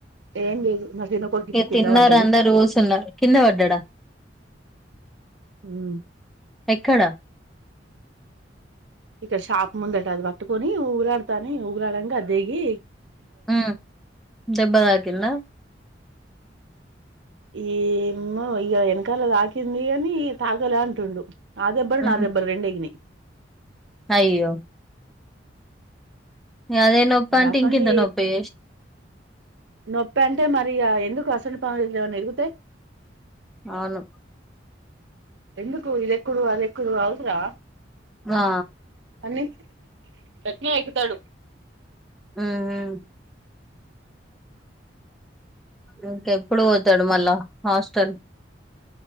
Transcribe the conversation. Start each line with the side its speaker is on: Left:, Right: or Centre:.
Right: ఏం బ మధేన
Centre: ఇక
Right: కింద
Centre: తిన్నారు
Right: పద్దాడు
Centre: అందరు కూసున్నారు కింద పడ్డాడా
Right: ఉమ్
Centre: ఎక్కడ
Right: ఇక్కడ షాప్ ముందట అది పట్టుకొని ఊగురాడుతానే ఊగురాడానికి అది దేగి
Centre: ఉమ్ ధేబా థాకింధ
Right: ఏమ్మో ఇక వెనకాల తాకింది అని తాగలే అంటుండు అదిబ్బరు
Centre: ఉమ్
Right: నాదెబ్బరు రెండేగని
Centre: అయ్యో అదే నొప్ప
Right: మరి
Centre: అంటే
Right: అసొంటి
Centre: ఇంకంత నొప్పి
Right: నొప్పి అంటే మరి ఇగ ఎందుకు అసంట పనులుమ ఎరుగుతాయి
Centre: అవును
Right: ఎందుకు ఇది ఇదెక్కడు అదేకుడు అవసరమా
Centre: ఆ
Right: సన్నీ గట్నే ఎక్కుతాడు
Centre: ఉ మ్మ్ ఇంకెప్పుడు పోతాడు మళ్ళా హాస్టల్